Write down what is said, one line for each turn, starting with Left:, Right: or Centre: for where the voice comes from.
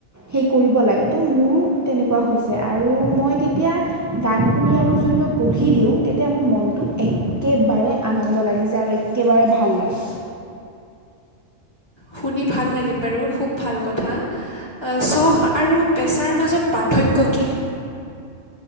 Right: সেই কৰিব লাগে, তো মোৰো তেনেকুৱা হৈছে আৰু মই তেতিয়া গান শুনি আৰু যদি মই পঢ়ি দি, ওঁ তেতিয়া মোৰ মনটো একেবাৰে আনন্দ লাগি যায় আৰু একেবাৰে ভাল লাগে।
Left: শুনি ভাল লাগিল বাৰু খুব ভাল কথা। চখ আৰু পেচাৰ মাজত পাৰ্থক্য কি?